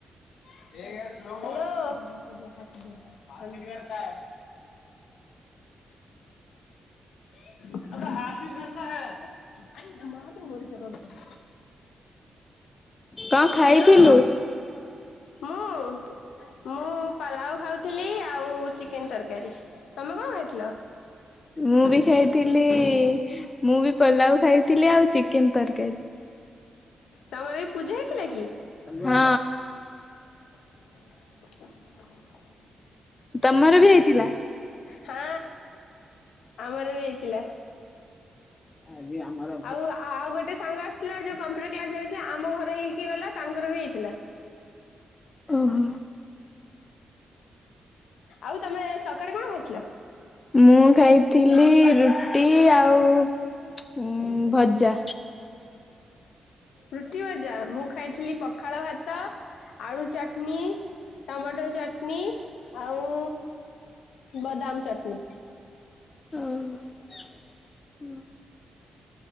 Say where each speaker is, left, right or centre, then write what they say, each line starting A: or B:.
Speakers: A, on the left; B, on the left.
A: ଓ <inaudible>
B: କଣ ଖାଇଥିଲୁ?
A: ହ୍ୟାଲୋ। ମୁଁ ମୁଁ ପଲାଉ ଖାଉଥିଲି ଆଉ ଚି କେନ୍ ତରକାରୀ ତମେ କଣ ଖାଇଥିଲ?
B: ମୁଁ ବି ଖାଇଥିଲି ମୁଁ ବି ପଲାଉ ଖାଇଥିଲି ଆଉ ଚି କେନ୍ ତରକାରୀ।
A: ତମର ଆଜି ପୂଜା ହେଇଥିଲା କି?
B: ହଁ।
A: <inaudible>
B: ତମର ବି ହେଇଥିଲା?
A: ହଁ ଆମର ବି ହେଇଥିଲା।
B: ଆଜି ଆମର
A: ଆଉ ଆଉ ଗୋଟେ ସାଙ୍ଗ ଆସିଥିଲା ଯୋଉ କମ୍ପ୍ୟୁଟର କ୍ଲାସ ଯାଇଥିଲା ଆମ ଘର ହେଇକି ଗଲା ତାଙ୍କର ବି ହେଇଥିଲା।
B: ଓହୋ।
A: ଆଉ ତମେ ସକାଡେ କଣ ଖାଇଥିଲ?
B: ମୁଁ ଖାଇଥିଲି ରୁଟି ଆଉ ଉଁ ଭଜା।
A: ରୁଟି ଭଜା ମୁଁ ଖାଇଥିଲି ପଖାଳ ଭାତ୍ ତ ଆଳୁ ଚଟନି, ଟମାଟୋ ଚଟନୀ ଆଉ ବାଦାମ ଚଟନୀ।
B: ଓହୋ ଓ